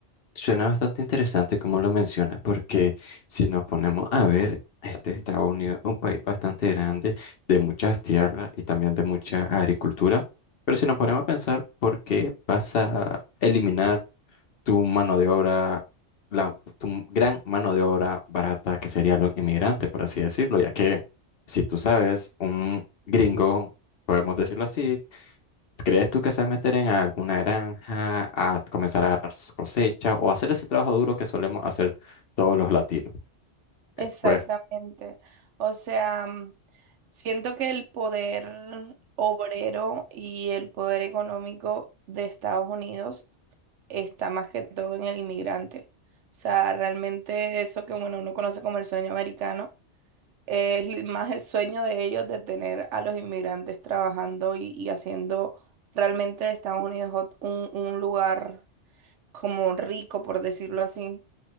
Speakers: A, on the left; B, on the right.
A: Suena bastante interesante como lo menciona, porque si nos ponemos a ver, este Estados Unidos es un país bastante grande, de muchas tierras y también de mucha agricultura, pero si nos ponemos a pensar, ¿por qué vas a eliminar tu mano de obra, la, tu gran mano de obra barata, que sería los inmigrantes, por así decirlo? Ya que, si tú sabes, un gringo, podemos decirlo así, ¿Crees tú que se va a meter en alguna granja a comenzar a agarrar su cosecha o hacer ese trabajo duro que solemos hacer todos los latinos?
B: Exactamente.
A: Pues,
B: O sea, mm, siento que el poder obrero y el poder económico de Estados Unidos está más que todo en el inmigrante. O sea, realmente eso que bueno, uno conoce como el sueño americano Es li- más el sueño de ellos de tener a los inmigrantes trabajando y, y haciendo realmente de Estados Unidos ot- un, un lugar como rico, por decirlo así.